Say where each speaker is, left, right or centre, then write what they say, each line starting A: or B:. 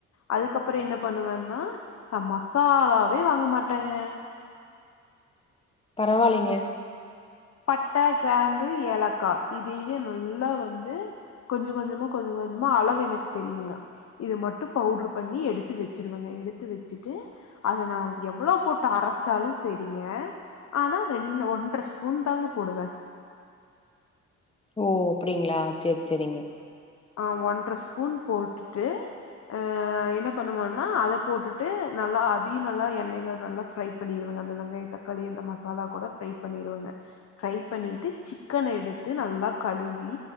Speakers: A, on the left; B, on the left.
A: அதுக்கப்பற என்ன பண்ணுவேன்னா நா மசாலாவே வாங்க மாட்டேங்க
B: பரவால்லைங்க
A: பட்ட கிராம்பு ஏலக்கா இதுவே நல்லா வந்து கொஞ்ச கொஞ்சமா கொஞ்ச கொஞ்சமா அளவு எனக்கு தெரியுங்க இது மட்டு பவுட்ரு பண்ணி எடுத்து வச்சுருவங்க எடுத்து வச்சுட்டு அத நா எவ்ளோ போட்டு அரச்சாலு செரிங்க ஆனா ரெண் ஒன்றர ஸ் பூன் தாங்க போடுவே
B: ஓ அப்டிங்களா செரி செரிங்க
A: ஆ ஒன்ற ஸ்பூன் போட்டுட்டு அ என்ன பண்ணுவன்னா அத போட்டுட்டு நல்லா அதையு நல்லா எண்ணெயில நல்லா ஃப்ரை பண்ணிருவங்க அந்த வெங்காய தக்காளி அந்த மசாலா கூட ஃப்ரை பண்ணிருவங்க ஃப்ரை பண்ணிட்டு சிக்கன எடுத்து நல்லா கழுவி